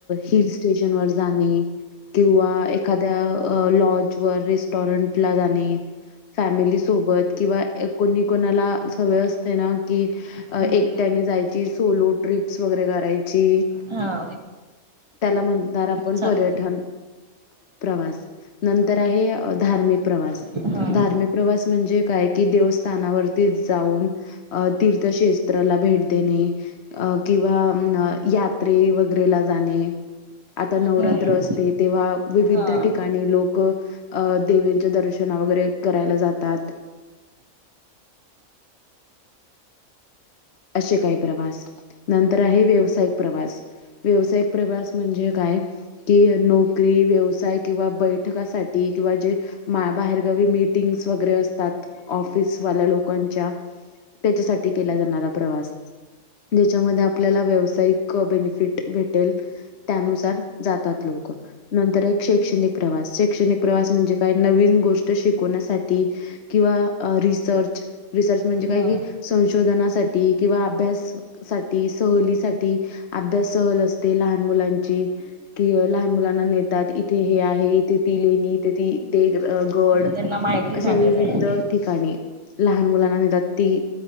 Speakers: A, on the left; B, on the right.
A: हिल स्टेशन वर जाणे किंवा एखाद्या लॉज वर रेस्टॉरंटला जाणे फॅमिली सोबत किंवा कोणी कोणाला सवय असते ना की
B: हम्म
A: एकट्याने जायची सोलो ट्रिप्स वगैरे करायची
B: हा
A: त्याला म्हणणार आपण
B: चाल
A: पर्यठण प्रवास नंतर आहे धार्मिक प्रवास
B: हा
A: धार्मिक प्रवास म्हणजे काय कि देवस्थानावरती जाऊन तीर्थशेस्ताला भेट देणे.. अ.. किंवा अ यात्रे वगैरेला जाणे आता नवरात्र
B: हम्म
A: असते तेव्हा विविध
B: हा
A: ठिकाणी लोक अ देवीच्या दर्शन वगैरे करायला जातात असे काही प्रवास. नंतर आहे व्यवसायिक प्रवास व्यवसायिक प्रवास म्हणजे काय कि नोकरी व्यवसाय किंवा बैठकासाठी किंवा जे बाहेरगावी मीटिंग्स वगैरे असतात ऑफिस वाल्या लोकांच्या त्याच्यासाठी केला जाणारा प्रवास ज्याच्यामध्ये आपल्याला व्यावसायिक बेनिफिट भेटेल त्यानुसार जातात लोक नंतर एक शैक्षणिक प्रवास शैक्षणिक प्रवास म्हणजे काय नवीन गोष्ट शिकवण्यासाठी किंवा रिसर्च... रिसर्च म्हणजे काय
B: हा
A: की
B: हा
A: <unintelligible> साठी किंवा अभ्यास साठी सहलीसाठी अभ्यास सहल असते लहान <inaudible> मुलांची... की लहान मुलांना नेतात... इथे हे आहे... इथे ती लेणी... इथे ती... ते.. गड
B: त्यांना माहिती
A: अशा
B: सांगायचं
A: विविध ठिकाणी लहान मुलांना नेतात ती